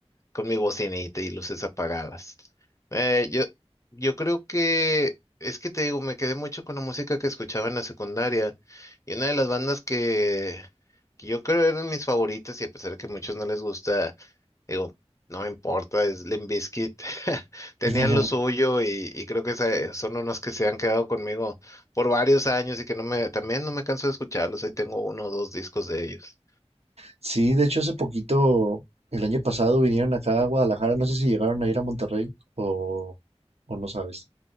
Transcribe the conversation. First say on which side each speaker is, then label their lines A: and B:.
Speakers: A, on the left (about 30°); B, on the right (about 70°).
A: con mi bocinita y luces apagadas. Eh, yo, yo creo que, es que te digo, me quedé mucho con la música que escuchaba en la secundaria y una de las bandas que, que yo creo eran mis favoritas y a pesar de que a muchos no les gusta, digo, no me importa, es Limp Bizkit. <laughs> Tenían
B: <laughs>
A: lo suyo y, y creo que se- son unos que se han quedado conmigo por varios años y que no me, también no me canso de escucharlos. Ahí tengo uno o dos discos de ellos.
B: Sí, de hecho hace poquito, el año pasado vinieron acá a Guadalajara, no sé si llegaron a ir a Monterrey o, o no sabes.